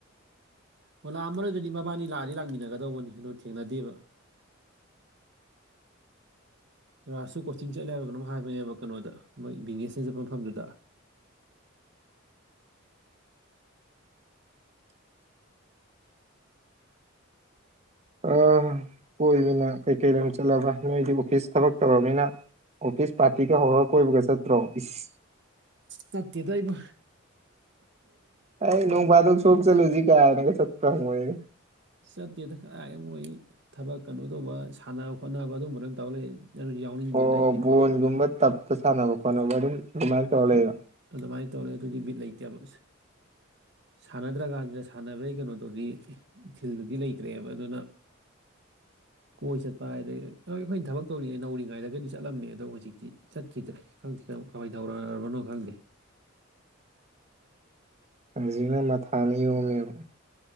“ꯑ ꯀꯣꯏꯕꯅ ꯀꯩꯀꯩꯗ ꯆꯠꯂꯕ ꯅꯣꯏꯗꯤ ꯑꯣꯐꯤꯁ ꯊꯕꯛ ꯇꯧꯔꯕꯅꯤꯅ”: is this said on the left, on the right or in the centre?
Right